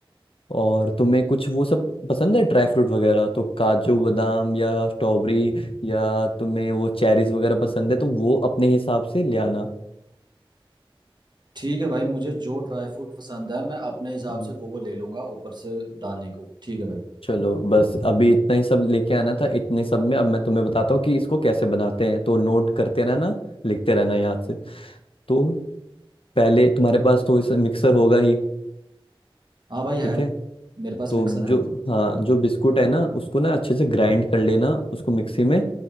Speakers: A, on the left; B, on the right.
A: और तुम्हें कुछ वो सब पसंद है ड्राई फ्रूट वगैरह तो काजू बादाम या स्ट्रॉबेरी या तुम्हें वो चेरीज वगैरह पसंद है तो वो अपने हिसाब से ले आना
B: ठीक है भाई मुझे जो ड्राई फ्रूट पसंद है मैं अपने हिसाब
A: हम्म।
B: से वो वो ले लूंगा ऊपर से डालने को ठीक है भाई
A: चलो बस अभी इतना ही सब लेके आना था इतने सब में अब मैं तुम्हें बताता हूँ कि इसको कैसे बनाते हैं तो नोट करते रहना लिखते रहना याद से तो पहले तुम्हारे पास तो इस मिक्सर होगा ही
B: हाँ भाई है
A: ठीक है
B: मेरे पास
A: तो
B: मिक्सर है
A: जो हाँ जो बिस्कुट है ना उसको ना अच्छे से ग्राइंड कर लेना उसको मिक्सी में